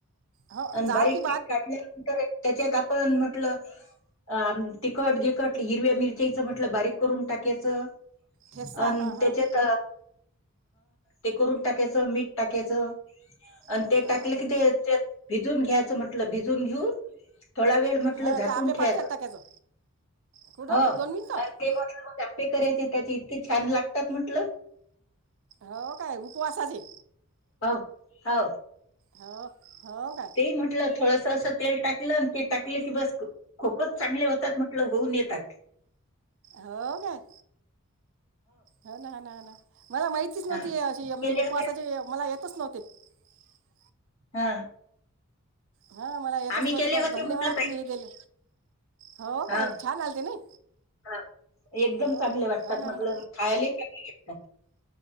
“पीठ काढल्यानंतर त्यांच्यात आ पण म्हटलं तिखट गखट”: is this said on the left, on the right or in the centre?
Left